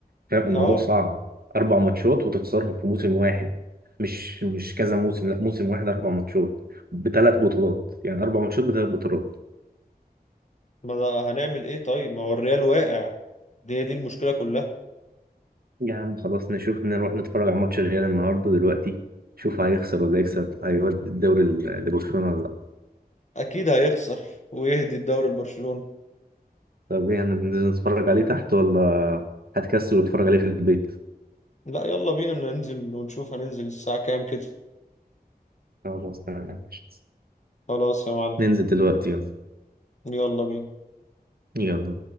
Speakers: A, on the right (about 70°); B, on the left (about 45°).
A: فاهم الموضوع
B: اه
A: صعب اربع ماتشات وتخسرهم في موسم واحد مش مش كذا موسم لا موسم واحد اربع ماتشات بثلاث بطولات يعني اربع ماتشات بثلاث بطولات
B: ما ده هنعمل ايه طيب ما هو الريال واقع دي هي دي المشكله كلها
A: يا عم خلاص نشوف نروح نتفرج على ماتش الريال النهارده دلوقتي شوف هيخسر ولا يكسب هيودي الدوري ل- لبرشلونه ولا لا
B: اكيد هيخسر ويهدي الدوري لبرشلونه
A: طب ايه هننزل نتفرج عليه تحت ولا هتكسل وتتفرج عليه في البيت
B: لا يلا بينا ننزل ونشوف هننزل الساعه كام كده
A: خلاص تمام يا باشا.
B: خلاص يا معلم
A: ننزل دلوقتي يلا
B: يلا بينا
A: يلا